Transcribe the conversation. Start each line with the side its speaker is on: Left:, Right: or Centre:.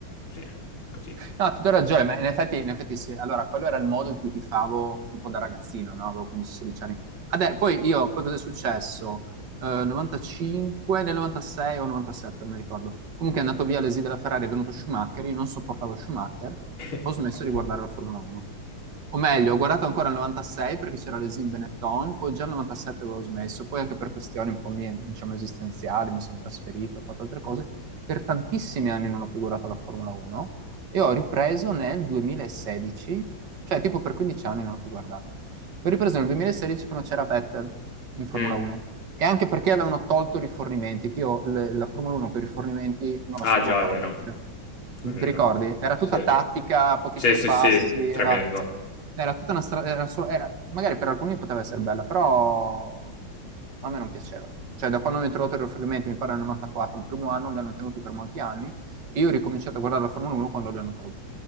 Left: sì, così.
Right: No, ti do ragione, ma in effetti, in effetti sì. Allora, quello era il modo in cui tifavo un po' da ragazzino, no? Avevo 15-16 anni. Adè, poi io, poi cosa è successo? Eh, 95, nel 96 o 97, non mi ricordo. Comunque è andato via l'esì della Ferrari, è venuto Schumacher, io non sopportavo Schumacher,
Left: <laughs>
Right: ho smesso di guardare la Formula 1. O meglio, ho guardato ancora il 96 perché c'era l'Esim Benetton, poi già il 97 avevo smesso, poi anche per questioni un po' mie, diciamo, esistenziali, mi sono trasferito, ho fatto altre cose. Per tantissimi anni non ho più guardato la Formula 1 e ho ripreso nel 2016, cioè tipo per 15 anni non l'ho più guardata. L'ho ripreso nel 2016 quando c'era Vettel in Formula
Left: Mm.
Right: 1 e anche perché avevano tolto i rifornimenti, che io le- la Formula 1 con i rifornimenti non la
Left: Ah,
Right: sopportavo.
Left: già, è vero,
Right: Ti
Left: è vero.
Right: ricordi? Era tutta
Left: Sì,
Right: tattica, pochi
Left: sì,
Right: sorpassi,
Left: sì, sì,
Right: era,
Left: tremendo.
Right: era tutta una strada, magari per alcuni poteva essere bella, però a me non piaceva. Cioè, da quando hanno introdotto i rifornimenti, mi pare nel 94, il primo anno, li hanno tenuti per molti anni, e io ho ricominciato a guardare la Formula 1 quando li hanno tolti.